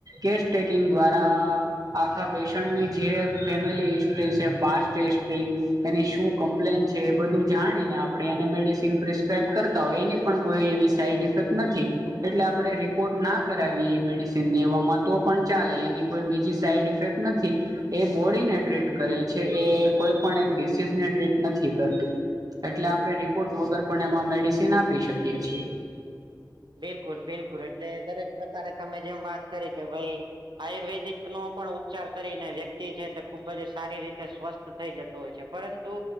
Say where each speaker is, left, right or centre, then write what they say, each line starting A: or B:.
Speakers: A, on the right; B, on the right.
A: કેસટેકિંગ દ્વારા આખા પેશન્ટની જે ફેમિલી હિસ્ટ્રી છે પા સ્ટ હિસ્ટ્રી. એની શું કમ્પ્લેન છે એ બધું જાણી ને આપડે એને મેડિસિન પ્રિસ્ક્રાઈબ કરતા હોય એની પણ કોઈ એવી સાઈડ ઇફેક્ટ નથી એટલે આપણે રિપોર્ટ ના કરાવીએ એ મેડિસિન દેવામાં તો પણ ચાલે એની કોઈ બીજી સાઈડ ઇફેક્ટ નથી એ બોડીને ટ્રીટ કરે છે. એ કોઈ પણ એક ડિસીઝને ટ્રીટ નથી કરતું એટલે આપણે રિપોર્ટ વગર પણ એમાં મેડિસિન આપી શકીએ છીએ.
B: બિલકુલ બિલકુલ એટલે દરેક પ્રકારે તમે જેમ વાત કરી કે ભાઈ આયુર્વેદિક નો પણ ઉપચાર કરીને વ્યક્તિ છે તે ખુબ જ સારી રીતે સ્વસ્થ થઈ જતું હોય છે પરંતુ